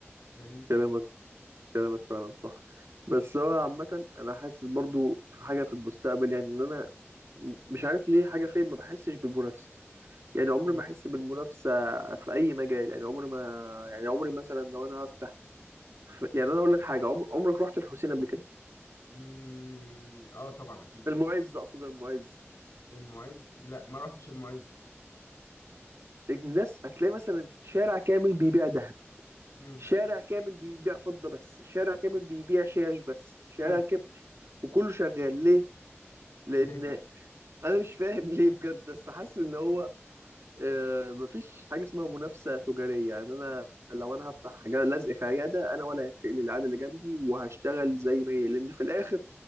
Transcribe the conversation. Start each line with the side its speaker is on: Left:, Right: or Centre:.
Left: فاهمني
Right: كلامك كلامك فعلا صح بس هو عامة أنا حاسس برضه في حاجة في المستقبل يعني إن أنا م- مش عارف ليه حاجة فين ما بحسش بالمنافسة يعني عمري
Left: مم.
Right: ما أحس بالمنافسة في أي مجال يعني عمري ما يعني عمري مثلا لو أنا هفتح ف... يعني انا اقول لك حاجه عمر... عمرك رحت الحسين قبل كده
Left: مم. اه طبعا اكيد
Right: المعز اقصد المعز
Left: المعز لا ما رحتش المعز
Right: الناس هتلاقي مثلا شارع كامل بيبيع ذهب
Left: مم.
Right: شارع كامل بيبيع فضه بس شارع كامل بيبيع شاش بس شارع
Left: مم.
Right: كامل وكله شغال ليه لان
Left: ليه
Right: انا مش فاهم <laughs> ليه بجد بس حاسس ان هو آه، مفيش حاجه اسمها منافسه تجاريه يعني انا لو انا هفتح جا- لزق في عياده انا ولا هيفرق لي العياده اللي جنبي وهشتغل زي ما هي لان في الاخر